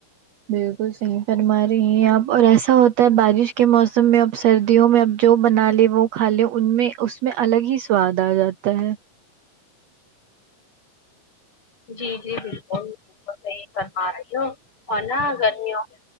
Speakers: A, on the right; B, on the left.
A: بالکل صحیح فرما رہی ہیں آپ اور ایسا ہوتا ہے بارش کے موسم میں اب سردیوں میں اب جو بنا لئے وہ کھا لئے ان میں اس میں الگ ہی سواد آ جاتا ہے
B: جی جی بالکل صحیح فر ما رہی ہو اور نا گرمیوں کے